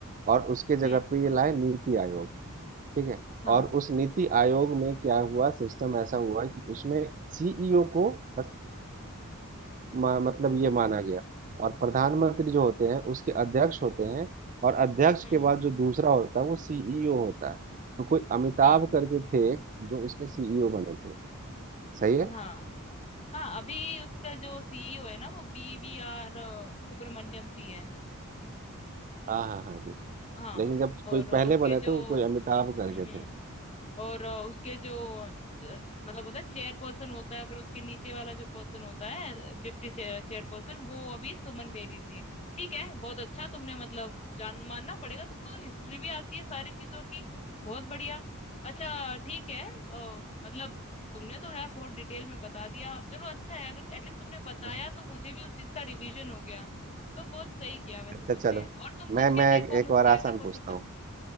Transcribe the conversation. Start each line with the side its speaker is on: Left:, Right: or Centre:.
Right: और उसके
Left: हम्म
Right: जगह पे ये लाए नीति आयोग ठीक है
Left: हाँ
Right: और उस नीति आयोग में क्या हुआ सिस्टम ऐसा हुआ कि उसमें सीईओ को बस- म- मतलब ये माना गया और प्रधानमंत्री जो होते हैं उसके अध्यक्ष होते हैं और अध्यक्ष
Left: हम्म
Right: के बाद जो दूसरा होता है वो सीईओ होता है तो कोई अमिताभ
Left: हाँ
Right: करके थे जो उसके सीईओ बने थे सही है
Left: हाँ हाँ अभी उसका जो सीईओ है ना वो B V R Subrahmanyam ji है
Right: हाँ हाँ हाँ
Left: हाँ
Right: लेकिन जब
Left: और
Right: कोई पहले
Left: उसके
Right: बने
Left: जो
Right: थे वो कोई अमिताभ
Left: हम्म
Right: करके
Left: हम्म
Right: थे
Left: और अ, उसके जो च- मतलब होता है चेयर पर्सन होता है फिर उसके नीचे वाला जो पर्सन होता है डिप्टी चेयर पर्सन वो अभी सुमन बेरी जी है ठीक है बहुत अच्छा तुमने मतलब जान मानना पड़ेगा तुमको तो हिस्ट्री भी आती है सारी चीजों की बहुत बढ़िया अच्छा ठीक है अ, मतलब तुमने तो यार बहुत डिटेल में बता दिया चलो अच्छा है अगर एटलीस्ट तुमने बताया
Right: <laughs>
Left: तो मुझे भी उस चीज का रिवीजन हो गया तो बहुत सही किया वैसे
Right: अच्छा
Left: तुमने
Right: चलो
Left: और तुम पूछ
Right: मैं मैं
Left: के देखो
Right: एक
Left: मुझसे
Right: और आसान
Left: अगर कुछ
Right: पूछता
Left: पता
Right: हूँ